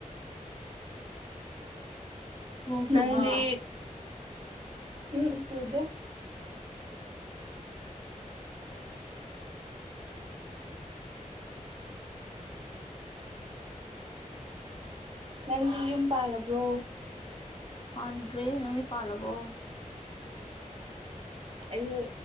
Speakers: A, on the left (about 40°); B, on the right (about 40°).
A: ꯅꯣꯡ
B: ꯅꯪꯗꯤ
A: ꯆꯨꯕ꯭ꯔꯣ
B: ꯎꯝ ꯇꯨꯗꯦ ꯅꯪꯗꯤ ꯌꯨꯝ ꯄꯥꯜꯂꯕ꯭ꯔꯣ
A: ꯄꯟꯈꯔ꯭ꯦ ꯅꯪꯗꯤ ꯄꯜꯂꯥꯕꯣ
B: ꯑꯩꯁꯨ